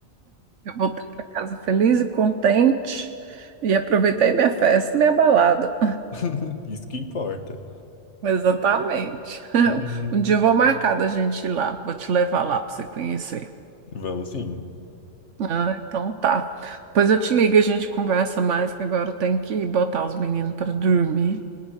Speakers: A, on the right; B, on the left.
A: Eu voltei para casa feliz e contente e aproveitei minha festa, minha balada.
B: <laughs> Isso que importa.
A: Exatamente.
B: <laughs>
A: <laughs> Um dia eu vou marcar da gente ir lá, vou te levar lá para você conhecer.
B: Vamos sim.
A: Ah, então tá. Depois eu te ligo, e a gente conversa mais, que agora eu tenho que botar os meninos para dormir.